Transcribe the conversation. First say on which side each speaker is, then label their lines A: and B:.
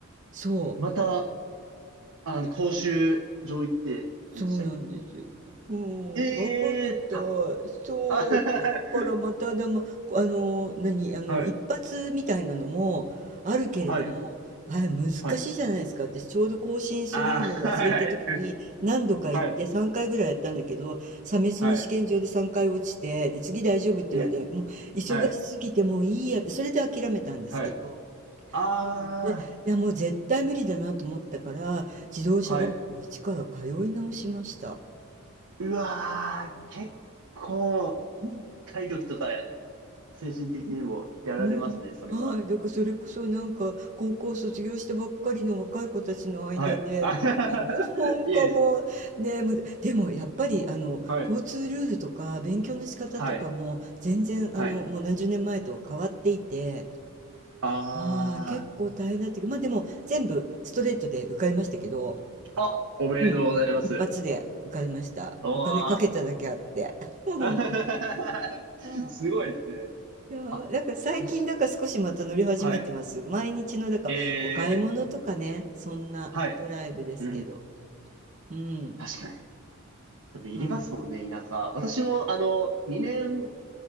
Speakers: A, on the right (about 35°); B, on the right (about 85°).
A: そう。
B: また、あの、講習場行ってでしたっけ
A: そうなんです。もうん、
B: え
A: バカみたい。
B: えー、た、
A: そう、
B: あ <laughs>
A: だからまたでも、あの、何、あの、
B: はい、
A: 一発みたいなのもあるけれども、
B: はい、
A: あれ難しいじゃないですか。
B: はい。
A: 私ちょうど更新するのを忘れた時に何度か行って3回ぐらいやったんだけど、
B: あー、はい、はい、
A: 査別の試験場で3回落ちて、
B: はい。
A: で、次大丈夫って言われたんだけど、
B: いや、
A: もう忙しすぎてもういいやって、
B: はい、
A: それで諦めたんですけど、
B: はい。あー、
A: うんで、いやもう絶対無理だなと思ったから、自動車学校一から通い直しました。
B: はい。うわー、結構、
A: うん、
B: 体力とか精神的にもやられますね、
A: もう、
B: それは。
A: はい、だからそれこそなんか、高校卒業したばっかりの若い子たちの間で、
B: はい。あ
A: あの、なんかもう、
B: <laughs> いえいえ、
A: ね、むでもやっぱりあの、
B: はい、
A: 交通ルールとか勉強の仕方とかも全然あの、
B: はい、はい。
A: もう何十年前とは変わっていて、
B: あ
A: あい、結構大変だったけど、ま、でも全部ストレートで受かりましたけど、
B: ー、あ、おめでとうございます。
A: うん、一発で受かりました。
B: おー。
A: お金かけただけあって。<laughs> は
B: <laughs>
A: ーい。
B: すごいですね。
A: いやー、
B: あ、
A: なんか最近だから少しまた乗り始めてます。
B: 確かはい。
A: 毎日のなんかお買い物とかね、
B: えー、
A: そんなドライブですけど。
B: はい。うん。
A: うん。
B: 確かに。でも、いりますもんね、
A: は
B: 田舎。私も、あの、2年